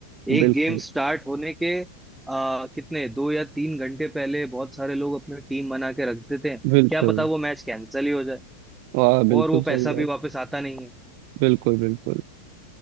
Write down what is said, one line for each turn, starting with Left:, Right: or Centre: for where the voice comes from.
Centre: एक
Right: बिल्कुल
Centre: गेम स्टार्ट होने के आ, कितने दो या तीन घंटे पहले बहुत सारे लोग अपनी टीम बना के रख देते हैं
Right: बिल्कुल
Centre: क्या पता वो मैच कैंसिल ही हो जाए
Right: वाह बिल्कुल
Centre: और वो पैसा
Right: सही बात
Centre: भी वापस आता नहीं है
Right: बिल्कुल बिल्कुल